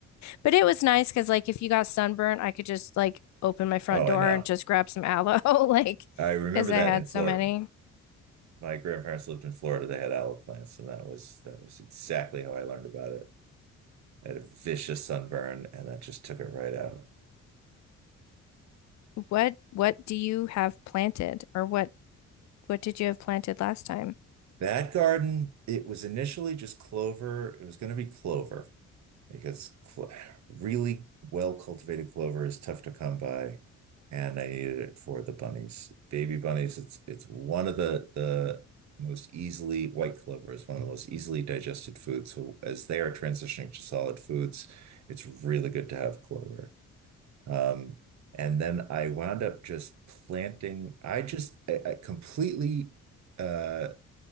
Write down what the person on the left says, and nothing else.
But it was nice because like if you got sunburnt, I could just like open my front
door
and just grab some aloe, <laughs> like
because I
had
so
many.
What what do you have planted or what what did you have planted last time?